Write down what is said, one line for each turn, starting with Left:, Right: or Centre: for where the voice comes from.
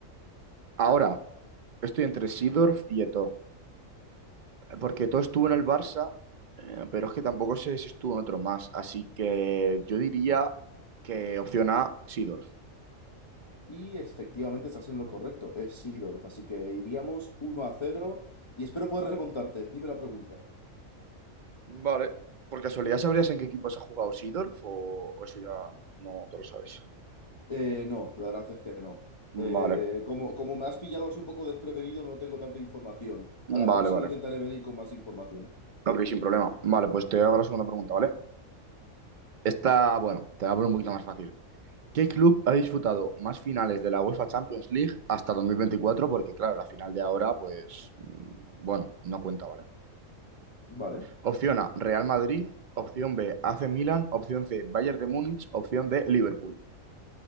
Right: Ahora, estoy entre Seedorf y Eto'o, porque Eto'o estuvo en el Barça, eh, pero es que tampoco sé si estuvo en otro más, así que yo diría que opción A, Seedorf.
Left: Y efectivamente estás en lo correcto, es Seedorf. Así que iríamos uno a cero y espero poder remontarte. Dime la pregunta.
Right: Vale. ¿Por casualidad sabrías en qué equipos ha jugado Seedorf o, o eso ya no te lo sabes?
Left: Eh, no, la verdad es que no. Eh,
Right: Vale,
Left: como, como me has pillado así un poco desprevenido, no tengo tanta información. A la
Right: vale,
Left: próxima
Right: vale.
Left: intentaré venir con más información.
Right: Ok, sin problema. Vale, pues te hago la segunda pregunta, ¿vale? Esta, bueno, te la voy a poner un poquito más fácil. ¿Qué club ha disputado más finales de la UEFA Champions League hasta 2024? Porque claro, la final de ahora, pues, mm, bueno, no cuenta, ¿vale?
Left: Vale.
Right: Opción A, Real Madrid. Opción B, AC Milan. Opción C, Bayern de Múnich. Opción D, Liverpool.